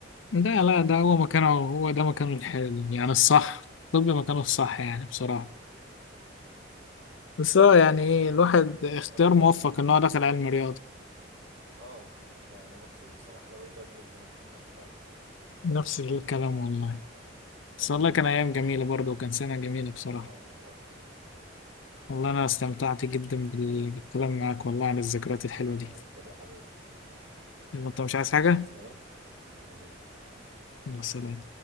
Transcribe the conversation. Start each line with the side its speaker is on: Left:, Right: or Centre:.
Left: لا لا ده هو مكانه هو ده مكانه الحلو يعني الصح طب مكانه الصح يعني بصراحة بس هو يعني
Right: اهو
Left: إيه الواحد اختيار
Right: ربك
Left: موفق إن هو دخل علم رياضة
Right: اه والله انا مبسوط بصراحه لو رجع بيا الزمن تاني هختارها
Left: نفس الكلام والله بس والله كان أيام جميلة برضه وكان سنة جميلة بصراحة
Right: اه والله
Left: والله أنا استمتعت جدا بال- بالكلام معاك والله عن الذكريات الحلوة
Right: انا
Left: دي
Right: اكتر يا حبيبي
Left: يلا، أنت مش عايز حاجة؟
Right: مش عايز حاجه حبيبي
Left: يلا سلام